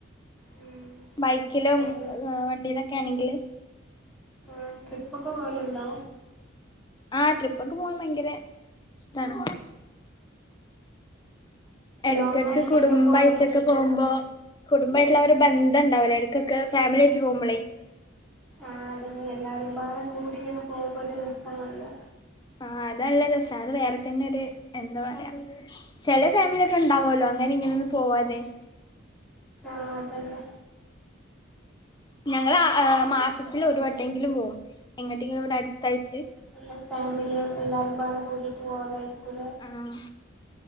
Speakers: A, in the centre; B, on the left.
A: ഉം
B: ബൈക്കിലും
A: അതെ
B: വണ്ടിയിലൊക്കെ ആണെങ്കില്
A: ആഹ് ട്രിപ്പൊക്കെ പോവലുണ്ടോ
B: ആഹ് ട്രിപ്പൊക്കെ പോവാൻ ഭയങ്കര ഇഷ്ടാണ് എടയ്ക്കടക്ക്
A: ലോങ് ആയിട്ട്
B: കുടുംബായ്ട്ടൊക്കെ
A: അങ്ങനെ പോവല്
B: പോവുമ്പോ കുടുംബമായിട്ടുള്ള ആ ഒരു ബന്ധണ്ടാവൂലേ എടക്കൊക്കെ ഫാമിലി ആയിട്ട് പോവുമ്പളേ
A: ആടീ എല്ലാരും പാടെ കൂടിങ്ങനെ പോവുമ്പോ ഒരു രസാണല്ലോ
B: ആഹ് അത് നല്ല രസാ അത് വേറെതന്നൊരു എന്താ പറയാ ചെല ഫാമിലി യൊക്കെ ഉണ്ടാവല്ലോ അങ്ങനീം ഇങ്ങനീം ഒന്നും പോവാതെ
A: ആഹ് തന്നെ
B: ഞങ്ങള് ഏഹ് മാസത്തിലൊരു വട്ടങ്കിലും പോവും എങ്ങട്ടെങ്കിലും ഇവിടെ അടുത്തായിട്ട്
A: എല്ലാ ഫാമിലി എല്ലാരുംപാടെ കൂടിട്ട് പോവലായിരിക്കൂലേ
B: ആഹ്